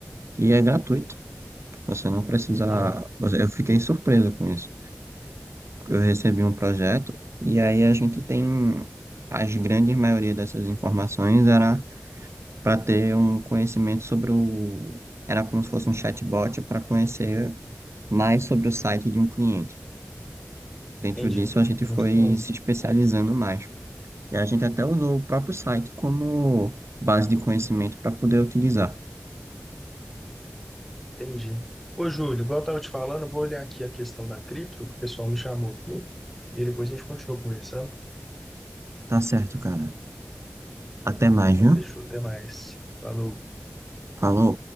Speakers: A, on the right (about 60°); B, in the centre.
A: E é gratuito, você não precisa.
B: Ó,
A: você- Eu fiquei surpreso com isso. eu recebi um projeto e aí a gente tem as grandes maioria dessas informações era para ter um conhecimento sobre o era como se fosse um chatbot para conhecer mais sobre o site de um cliente. Dentro
B: entendi.
A: disso a gente
B: Muito
A: foi
B: bom.
A: se especializando mais. E a gente até usou o próprio site como base de conhecimento para poder utilizar.
B: Entendi. Ô, Júlio, igual eu estava te falando, eu vou olhar aqui a questão da cripto, que o pessoal me chamou aqui, e depois a gente continua conversando.
A: Tá certo, cara. Até mais,
B: Então,
A: viu?
B: fechou. Até mais. Falou.
A: Falou.